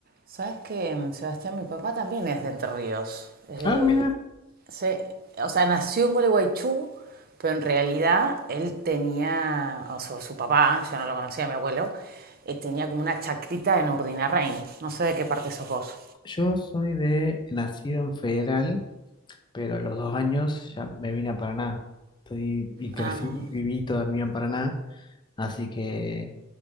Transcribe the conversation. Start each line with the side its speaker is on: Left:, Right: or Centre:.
Right: Sabes que mm, Sebastián, mi papá también es de Entre Ríos. Es de-
Left: Ah, mira,
Right: se- o sea, nació en Gualeguaychú, pero en realidad él tenía, o sea, su papá, yo no lo conocía, mi abuelo, eh, tenía como una chacrita en Urdinarrain. No sé de qué parte sos vos.
Left: yo soy de nacido en Federal, pero a los dos años ya me vine a Paraná. Estoy y crecí
Right: Ah,
Left: y viví toda mi vida en Paraná, así que